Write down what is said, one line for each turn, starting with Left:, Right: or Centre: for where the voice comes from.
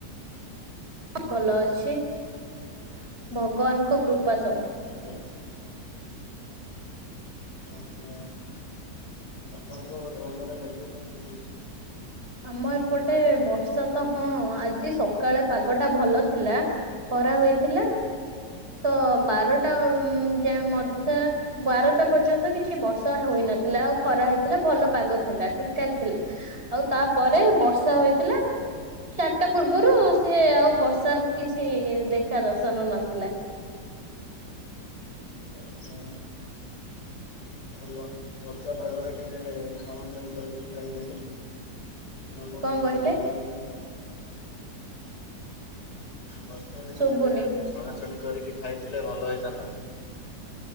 Right: ଭଲ ଅଛି ଭଗବାନଙ୍କ କୃପା ସବୁ।
Left: ଆଜ୍ଞା। ଓ ହୋ। ଆପଣଙ୍କ <unintelligible> ମେଘ କେମିତି ହଉଛି?
Right: ଆମ ଏପଟେ ବର୍ଷା ତ ହଁ ଆଜି ସକାଳେ ପାଗଟା ଭଲ ଥିଲା। ଖରା ହୋଇଥିଲା ତ ବାରଟା ଯାଏ ମଧ୍ୟ ବାରଟା ପର୍ଯ୍ୟନ୍ତ କିଛି ବର୍ଷା ହୋଇନଥିଲା ଆଉ ଖରା ହେଇଥିଲା ଭଲ ପାଗ ଥିଲା ଠିକ ଠାକ ଥିଲା। ଆଉ ତାପରେ ବର୍ଷା ହୋଇଥିଲା। ଚାରିଟା ପୂର୍ବରୁ ସିଏ ଆଉ ବର୍ଷାର କିଛି ଦେଖା ଦର୍ଶନ ନଥିଲା।
Left: ଓହୋ। ଭଲ ବର୍ଷାପାଗରେ ଟିକେ ଛଣାଛଣି କରିକି ଖାଇଲେନି। <unintelligible>
Right: କଣ କହିଲେ
Left: ବର୍ଷାଦିନେ
Right: ଶୁଭୁନି
Left: ଟିକେ ଛଣାଛଣି କରିକି ଖାଇଥିଲେ ଭଲ ହେଇଥାନ୍ତା।